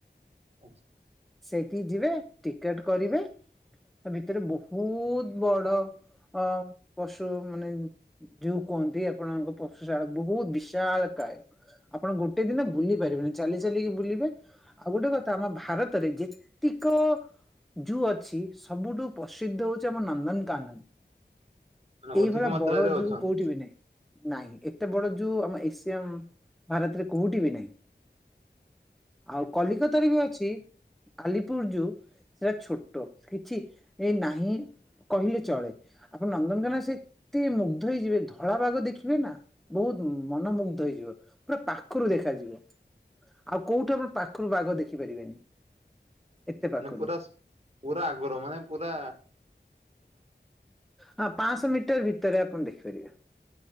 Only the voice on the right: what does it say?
ଆଚ୍ଛା।
ମାନେ ଅଧିକ
ମାତ୍ରାରେ
ଅଛନ୍
ମାନେ ପୁରା ପୁରା ଆଗରୁ ମାନେ ପୁରା